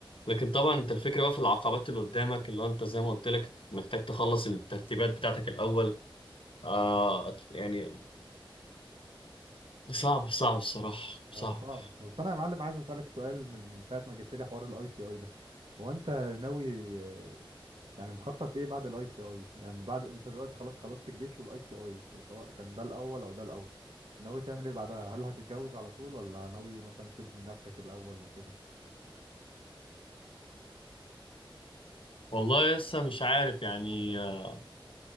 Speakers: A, on the left (about 75°); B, on the right (about 85°).
A: لكن طبعا انت الفكره بقى في العقبات اللي قدامك اللي هو انت زي ما قلت لك محتاج تخلص الترتيبات بتاعتك الاول آه يعني صعب صعب الصراحه صعب
B: هو صعب بس انا يا معلم عايز اسالك سؤال من ساعه ما جبت لي حوار الاي سي اي ده هو انت ناوي آه، يعني مخطط ايه بعد الاي سي اي يعني بعد انت دلوقتي خلاص خلصت الجيش والاي سي اي سواء كان ده الاول او ده الاول ناوي تعمل ايه بعدها هل هتتجوز على طول ولا ناوي مثلا تبني نفسك الاول وكده
A: والله لسه مش عارف يعني آه،